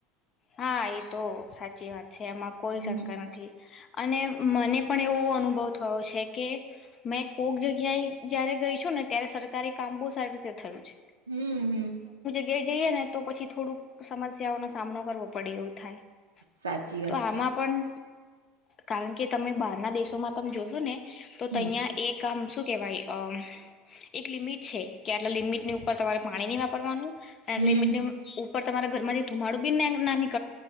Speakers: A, on the left (about 40°); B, on the right (about 85°).
A: હા એ તો સાચી વાત છે એમાં કોઈ
B: હમ
A: શંકા નથી અને મને પણ એવો અનુભવ થયો છે કે મેં કોક જગ્યાએ જયારે ગઈ છું ને ત્યારે સરકારી કામ બહુ સારી રીતે થયું છે.
B: હમ હમ
A: ગ્યાએ જઈએ ને તો પછી થોડુંક સમસ્યાઓ નો સામનો કરવો પડે એવું થાય
B: સાચી વાત
A: તો આમાં
B: છે.
A: પણ કારણ કે તમે બહારના દેશોમાં તમે જોશો ને તો
B: હમ.
A: તહીંયા એક કામ શું કહેવાય અમ એક લિમિટ છે. કે આટલા લિમિટની ઉપર તમારે પાણી નહી વાપરવાનું અને
B: હમ.
A: લિમિટની એમ ઉ પર તમારા ઘરમાંથી ધુમાડુ બી નાની